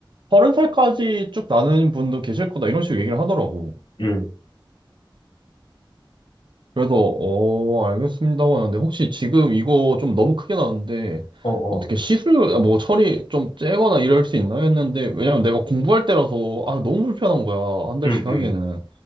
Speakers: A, on the right; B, on the left.
A: 서른 살까지 쭉 나는 분도 계실 거다. 이런 식으로 얘기를 하더라고.
B: 음,
A: 그래서, 어, 알겠습니다. 하고 하는데, 혹시 지금 이거 좀 너무 크게 나는데,
B: 어, 어,
A: 어떻게 시술, 아, 뭐, 처리 좀 째거나 이럴 수 있나 했는데, 왜냐면 내가 공부할 때라서, 아, 너무 불편한 거야. 한 달씩
B: 음,
A: 하기에는.
B: 음,